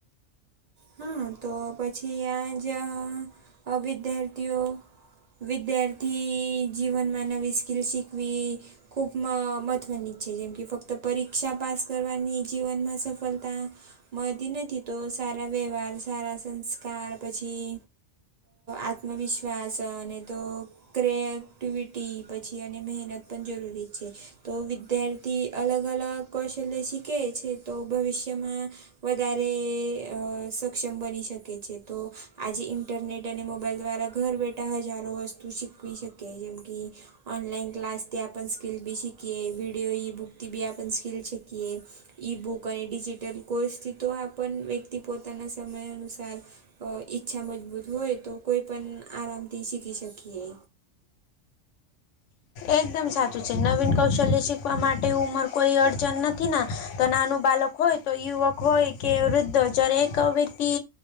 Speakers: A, on the right; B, on the left.
A: હા તો પછી આ જ્યાં અ વિદ્યાર્થીઓ વિદ્યાર્થી જીવનમાં નવી સ્કિલ શીખવી ખૂબ મ મહત્ત્વની જ છે જેમ કે ફક્ત પરીક્ષા પાસ કરવાની જીવનમાં સફળતા મળતી નથી તો સારા વ્યવહાર સારા સંસ્કાર પછી આત્મવિશ્વાસ અને તો ક્રે એક્ટિવિટી પછી અને મેહનત પણ જરૂરી છે. તો વિદ્યાર્થી અલગ અલગ કૌશલ્ય શીખે છે તો ભવિષ્યમાં વધારે અ સક્ષમ બની શકે છે. તો આજે ઇન્ટરનેટ અને મોબાઈલ દ્વારા ઘર બેઠા હજારો વ તું શીખવી શકે જેમ કે ઓનલાઈન ક્લાસથી આપન સ્કિલ બી શિખીએ વિડિયો ઈ બુકથી બી આપ સ્કિલ શીખએ. ઈ બુક અને ડિજિટલ કોર્સથી તો આપ વ્યક્તિ પોતાના સમય અનુસાર અ ઈચ્છા મજબૂત હોય તો કોઈ પણ આરામથી શીખી શકીએ.
B: એકદમ સાચું છે નવીન કૌશલ્ય શીખવા માટે ઉંમર કોઈ અડચણ નથી ને તો નાનું બાલક હોય તો યુવક હોય કે વૃદ્ધ હોય જ્યારે વ્યક્તિ